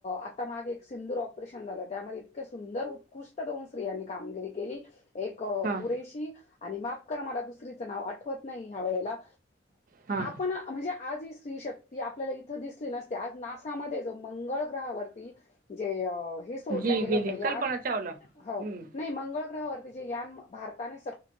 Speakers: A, on the left; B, on the right.
A: आता माग एक सिंदूर ऑपरेशन झालं त्यामध्ये इतके सुंदर उत्कृष्ट दोन स्त्रियांनी कामगिरी केली. एक
B: हा
A: कुरेशी आणि मापकरा मला दुसरीचं नाव आठवत नाही ह्या वेळेला.
B: हा
A: पण म्हणजे आज ही स्त्री शक्ती आपल्याला इथं दिसली नसते आज नासामध्ये जो मंगळ ग्रहावरती. जे हे सोडल्या
B: जी
A: गेलं
B: गेली
A: होत यान
B: कल्पना चावला
A: हो
B: हं,
A: नाही मंगळ ग्रहावर. ते यान भारताने स